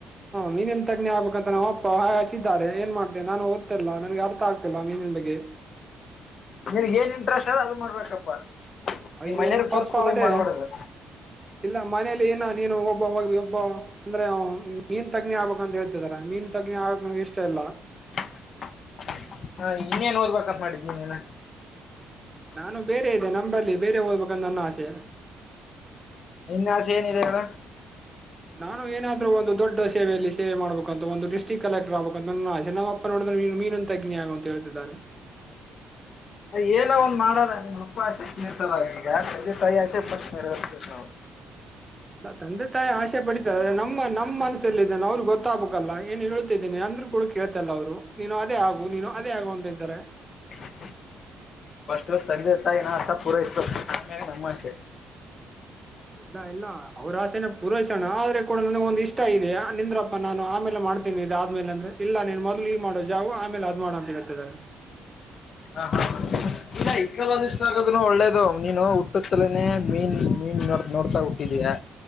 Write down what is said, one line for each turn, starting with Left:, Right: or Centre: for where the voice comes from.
Right: ಮೀನನ್ ತಗ್ಞಿ ಆಗ್ಬೇಕಂತ ನಮ್ಮ ಅಪ್ಪ ಹೊ ಹಚಿದ್ದಾರೆ ಏನ್ ಮಾಡ್ತೇನೆ ನಾನ ಓದ್ತಿಲ್ಲ ನನ್ಗೆ ಅರ್ಥ ಆಗ್ತಿಲ್ಲ ಮೀನಿನ ಬಗ್ಗೆ
Left: ನಿನ್ಗ್ ಏನ್ ಇಂಟ್ರೆಸ್ಟ್ ಹೇಳು ಅದು ಮಾಡ್ಬೇಕಪ್ಪ
Right: ಅಯ್ಯೋ
Left: ನಿಮ್ ಮನೆಯವ್ರ
Right: ತಪ್ಪ
Left: ಫೋರ್ಸ್ಫುಲ್
Right: ಅದೇ
Left: ಆಗಿ ಮಾಡ್ಬಾರ್ದು
Right: ಇಲ್ಲ ಮನಲಿ ಏನ ನೀನು ಒಬ್ಬಬ್ ಒ ಅಂದ್ರೆ ಮೀನ್ ತೆಗ್ನಿ ಆಗ್ಬೇಕ್ ಅಂತ ಹೇಳ್ತಿದಾರ ಮೀನ್ ತಗ್ನಿ ಆಗಕ್ಕೆ ನನಗೆ ಇಷ್ಟ ಇಲ್ಲ
Left: ಹ ಇನ್ನೇನ್ ಓದಬೇಕ ಅಂತ ಮಾಡಿದ್ ನೀನ
Right: ನಾನು ಬೇರೆ ನಂಬಲ್ಲಿ ಬೇರೆ ಓದ್ಬೇಕಂತ ನನ್ನ ಆಸೆ
Left: ನಿನ್ನ ಆಸೆ ಏನಿದೆ ಹೇಳ
Right: ನಾನು ಏನಾದ್ರೂ ಒಂದು ದೊಡ್ಡ ಸೇವೆಯಲ್ಲಿ ಸೇ ಮಾಡಬೇಕಂತ ಒಂದು ಡಿಸ್ಟ್ರಿಕ್ ಕಲೆಕ್ಟರ್ ಆಬೇಕಂತ ನ ಆ ನಮ್ಮಪ್ಪ ನೋಡಿದ್ರ ನೀನು ಮೀನು ತಗ್ನಿಗುವಂತ ಹೇಳ ಇದಾರೆ
Left: <inaudible> ಏನ ಒಂದ್ ಮಾಡೋದ ನಿಮ್ ಉಪ್ಪು ಆಸೆ ನಿರ್ಸೋದ ಈಗೆ ತಾಯಿ ಆಸೆ ಪಟ್ಟ ಮವು
Right: ಇಲ್ಲ ತಂದೆ ತಾಯಿ ಆಸೆ ಪಡಿತ ನಮ್ಮ ನಮ್ಮ ಮನಸ್ಸಲ್ಲ ಇದ ಅವ್ರಿಗೆ ಗೊತ್ತಾಗಬೇಕಲ್ಲ ಏನ್ ಹೇಳ ಇದೇ ಅಂದ್ರು ಕೂಡ ಕೇಳ್ತಲ್ಲ ಅವರು ನೀನು ಅದೇ ಆಗು ನೀನು ಅದೇ ಆಗು ಅಂತೇತಾರೆ
Left: <inaudible> ಫಸ್ಟ್ ತಂದೆ ತಾಯಿನ ಆಸೆ ಪೂರೈಸಬೇಕು ಇತ್ತು ತಮಾಷೆ
Right: ಇಲ್ಲ ಇಲ್ಲ ಅವ್ರ ಆಸೆನ ಪುರಷಣ ಆದ್ರೆ ಕೂಡ ನನಗ ಒಂದ್ ಇಷ್ಟ ಇದೆ ನಿಂದ್ರಪ್ಪ ನಾನು ಆಮೇಲೆ ಮಾಡ ಮಾಡ್ತೀನಿ ಇದ ಆದ್ಮೇಲೆ ಅಂದ್ರೆ ಇಲ್ಲ ನೀನ್ ಮೊದ್ಲು ಈ ಮಾಡೋ ಜಾಾವವು ಆಮೇಲೆ ಅದ್ ಮಾಡ ಅಂತ ಹೇಳ್ತಿದರೆ
Left: ಹಾ ಇಲ್ಲ ಇಕಾಲಿಸ ಆಗೋದ ಒಳ್ಳೇದು ನೀನು ಹಟ್ಟುತ್ತಲೇನೆ ಮೀನ್ ಮೀನ್ ನೋ ನೋಡ್ತಾ ಹುಟ್ಟಿದಯಾ